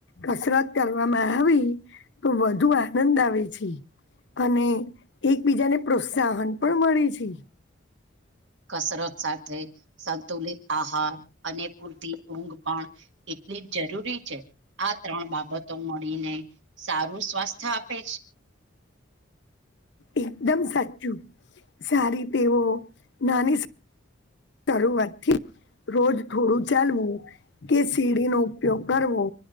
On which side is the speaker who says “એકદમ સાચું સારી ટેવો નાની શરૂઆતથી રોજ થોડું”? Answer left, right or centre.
Left